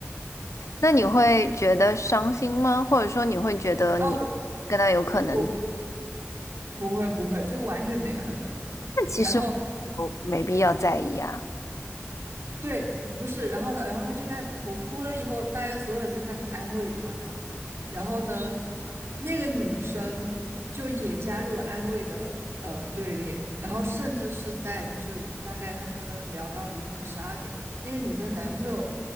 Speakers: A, on the left; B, on the right.
A: 那你会觉得伤心吗？或者说你会觉得你跟他有可能？
B: 啊，我我
A: 的？
B: 不会不会，就是完全没可能那种嘛。
A: 那其实我没必要在意啊。
B: 然后对，不是，然后呢，然后他就开始哭，哭了以后，大家所有人就开始安慰他嘛。然后呢，那个女生就也加入了安慰的呃队列，然后甚至是在就是大概他们聊到凌晨十二点，那个女生男朋友